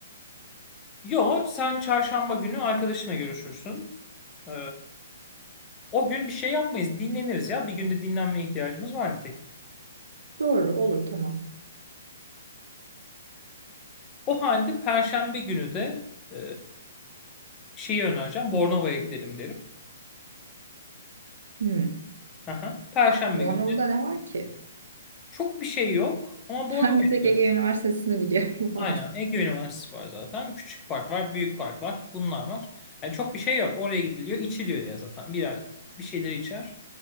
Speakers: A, on the left; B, on the right.
A: Yo, sen çarşamba günü arkadaşına görüşürsün. Ee, o gün bir şey yapmayız. Dinleniriz ya. Bir günde dinlenmeye ihtiyacımız var nitekim.
B: Doğru olur tamam.
A: O halde Perşembe günü de e, şeyi önereceğim. Bornova'ya gidelim derim.
B: Hmm.
A: Aha. Perşembe
B: Bornova'da
A: günü de
B: ne var ki?
A: Çok bir şey yok ama
B: <laughs>
A: Bornova'yı
B: Ben bir tek
A: da
B: Ege
A: görür.
B: Üniversitesi'ni biliyorum
A: Aynen.
B: <laughs> orada.
A: Ege Üniversitesi var zaten. Küçük park var, büyük park var. Bunlar var. Yani çok bir şey yok. Oraya gidiliyor, içiliyor ya zaten. Birer bir şeyleri içer.